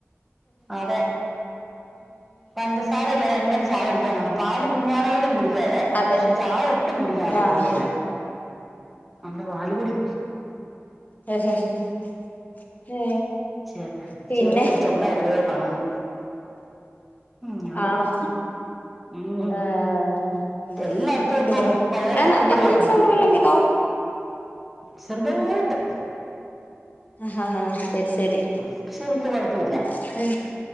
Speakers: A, in the centre; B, on the left.
A: അതെ പഞ്ചസാര ഇല്ല എങ്ങനെ ചായടിക്കാനാണ് പാല് പിന്നണെ ടിക്കാതെ
B: അതെ
A: പക്ഷെ ചായ ഒട്ടും കുടിക്കാൻ
B: ആഹ്
A: പറ്റിയല്ല അന്റെ വാലുകുടി
B: അ ആ
A: ചെ
B: പിന്നെ
A: ചെറിയൊരു ചുമ എവിടെയോ കാണുന്നു ഉം ആവും
B: ആണോ
A: ഉം
B: ഏഹ്
A: എല്ലായിടത്തും
B: എന്ത്
A: ഇപ്പം
B: പറ
A: വയറസ്
B: ഞാൻ അളക്കുന്ന
A: പനികളാണല്ലോ
B: സൗണ്ട് വല്ലോം കേക്കാവോ
A: ചെറുതയിട്ട്
B: ആഹ ഹഹ ഹഹ ശരി
A: പക്ഷെ വല്യ കൊഴപ്പമില്ല
B: ശരി ഉ